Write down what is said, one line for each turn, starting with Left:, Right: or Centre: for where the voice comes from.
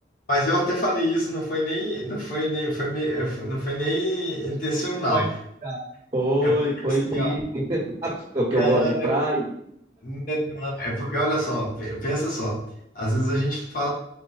Left: mas eu até falei isso, não foi nem, não foi nem, foi, me- foi- não foi nem intencional.
Right: Pode ficar. Foi,
Left: É porque
Right: foi
Left: assim,
Right: sim.
Left: ó,
Right: Sabe o que eu
Left: é,
Right: gosto de praia?
Left: não, é porque olha só, pe- pensa só. Às vezes a gente fala,